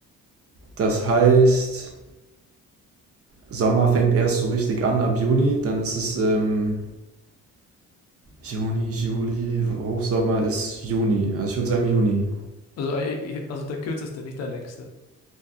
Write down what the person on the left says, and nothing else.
Also, äh, also der kürzeste, nicht der längste.